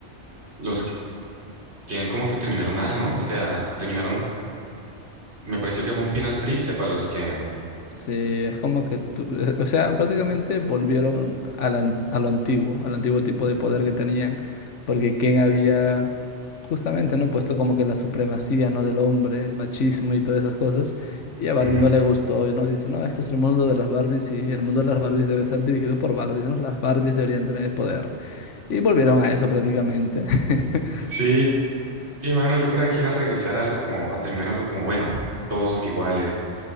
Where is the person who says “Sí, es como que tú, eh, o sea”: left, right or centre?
Left